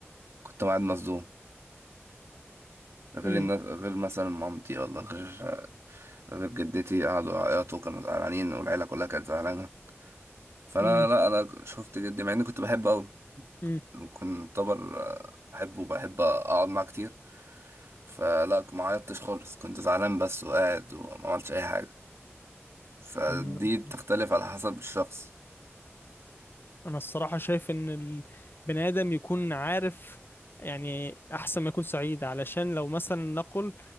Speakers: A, on the right; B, on the left.
A: كنت قاعد مصدوم غير
B: مم.
A: الناس غير مثلا مامتي ولا غير غير جدتي قعدوا يعيطوا كانوا زعلانين والعيلة كلها كانت زعلانة فأنا
B: مم.
A: لا أنا شفت جدي مع إني كنت بحبه أوي
B: مم.
A: كنت طبر آه، بحبه وبحب أقعد معاه كتير فلا ما عيطتش خالص كنت زعلان بس وقاعد وما عملتش أي حاجة فدي
B: مم.
A: بتختلف على حسب الشخص
B: انا الصراحه شايف ان البني ادم يكون عارف يعني احسن ما يكون سعيد علشان لو مثلا نقل